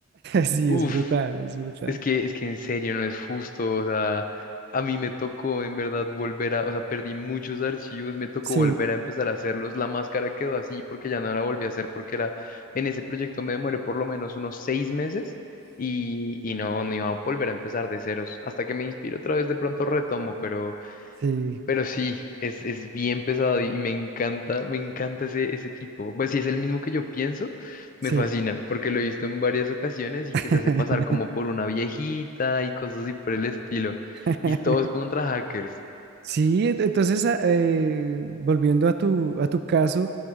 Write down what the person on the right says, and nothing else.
Sí,
es brutal, es brutal.
Sí,
sí,
sí.
<laughs>
<laughs>
Sí, ent- entonces, a- eh, volviendo a tu, a tu caso,